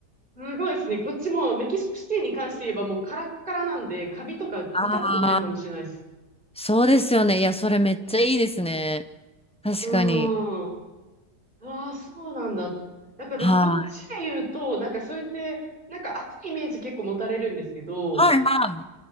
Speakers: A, on the right; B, in the centre.
A: ー、すごいですね。こっちもメキシコシティに関して言えばもうカラッカラなんで、カビとか見たことないかもしれないです。
B: ああ、そうですよね。いや、それめっちゃいいですね。確かに。
A: うん。うーん。ああ、そうなんだ。だから、
B: はい。
A: こっちで言うと、なんかそうやって、なんか暑いイメージ結構持たれるんですけど、
B: はいはい。